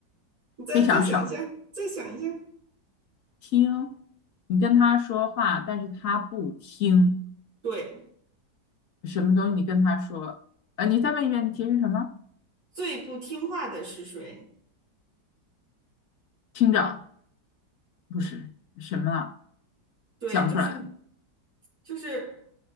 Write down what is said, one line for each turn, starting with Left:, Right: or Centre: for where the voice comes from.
Right: 你再再想一下，
Left: 非常少。
Right: 再想一下。
Left: 听，你跟他说话，但是他不听，
Right: 对，
Left: 什么东西？你跟他说，呃，你再问一遍，你提什么？
Right: 最不听话的是谁？
Left: 听着，不是什么啊？
Right: 对，
Left: 想不出来。
Right: 就是就是